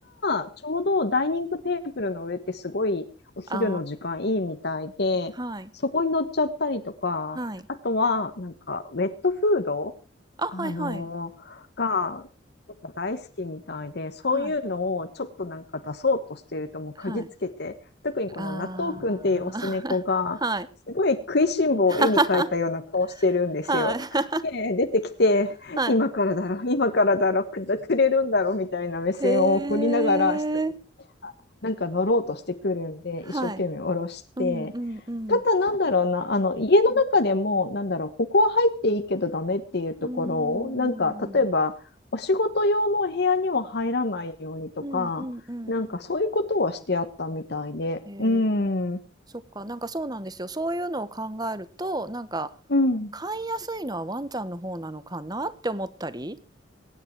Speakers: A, on the left (about 55°); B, on the right (about 20°).
A: がちょうどダイニングテーブルの上ってすごいお昼の時間いいみたいで、
B: ああ、はい。
A: そこに乗っちゃったりとか、
B: はい。
A: あとはなんかウェットフードあのがやっぱ大好きみたいで、
B: あ、はいはい。
A: そういうのをちょっとなんか出そうとしているともう嗅ぎつけて、
B: はい。はい。
A: 特にこの納豆くんっていうオス猫が、
B: ああ、<laughs> はい。
A: すごい食いしん坊を絵に描いたような顔してるんですよ。
B: <laughs> はい。<laughs>
A: で、出てきて、
B: はい。
A: 今からだろ、今からだろ、く、くれるんだろみたいな目線を送りながら、
B: へえ。
A: 下にあなんか乗ろうとしてくるんで、
B: はい。
A: 一生懸命下ろして、
B: うんうんうん。
A: ただなんだろうな、あの家の中でも、なんだろう、ここは入っていいけどダメっていうところを、
B: うーん。
A: なんか例えば、お仕事用の部屋には入らないようにとか、
B: うんうんうんう
A: なんかそういうことはしてあったみたいで、
B: ん。へえ。
A: うん、う
B: そっか、なんかそうなんですよ。そういうのを考えると、なんか、
A: ん。
B: 飼いやすいのはワンちゃんの方なのかなって思ったり。